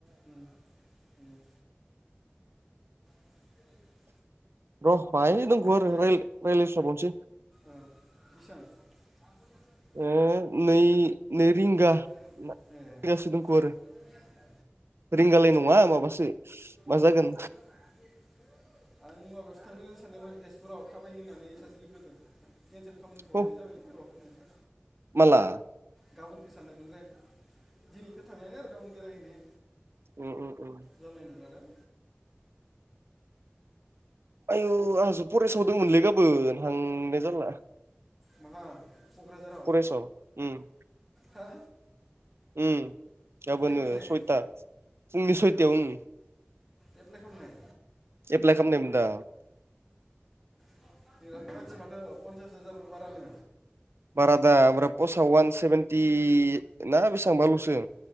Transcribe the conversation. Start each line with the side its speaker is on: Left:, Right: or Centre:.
Centre: उम उम। <inaudible>
Right: र' बाहाय
Centre: रि-
Right: <unintelligible> राय-रायलायस्राबावसै।
Centre: दे ओ बेसां? <inaudible>
Right: ओ नै नै रिंगा।
Centre: ओ
Right: रिंगासो
Centre: <inaudible>
Right: दंखौ आरो रिंगालाय नङा माबासो मा
Centre: उम
Right: जागोन?
Centre: <unintelligible> आं माबायावसो थांनो सानदोंमोन तेजपुराव थाबायनो होननानै सासे लोगोजों। केन्सेल खालामथ'नाय
Right: ह
Centre: जाबायलै र' नायसै
Right: <unintelligible>
Centre: गाबोनखौ साननायमोन रे दिनैखो थांनानै आरो गाबोन बेरायहैनाय।
Right: ओ ओ ओम।
Centre: जानाय नंलादां?
Right: आयु आंसो फरेस्टआव दंमोनलै गाबोन हांनाय जाला।
Centre: माहा? क'क्राझाराव।
Right: फरेसाव उम
Centre: हो?
Right: उम गाबोनो
Centre: खालामनाय
Right: सयथा फुंनि सयथायाव उम
Centre: एप्लाइ खालामनाय?
Right: एप्लाइ खालामनायमोन दा?
Centre: <inaudible> बिराद मानसि माथो पन्सास हाजार बारानो।
Right: बारादा ओमफ्राय पस्ट इ वान सेभेेनटि ना बेसेबांबाल'सो